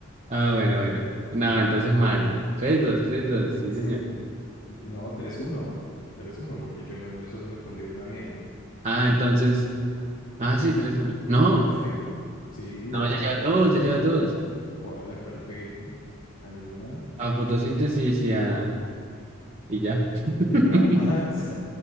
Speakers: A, on the right; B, on the left.
A: Ah, bueno, bueno. No, entonces mal. Tres, dos, tres, dos, sí,
B: Sí,
A: señor.
B: no, tres uno, tres uno, porque yo no, yo solo respondí una bien.
A: Ah, entonces. Ah,
B: Sí, sí,
A: sí,
B: sí.
A: tres, uno. No,
B: Exacto. Sí, solo
A: no, ya
B: respondí
A: lleva dos, ya lleva dos.
B: ¿Cuál? ¿A cuál le pegué? ¿A ninguna?
A: A fotosíntesis y a. Y ya.
B: ¿Y a,
A: <laughs>
B: y a nada más?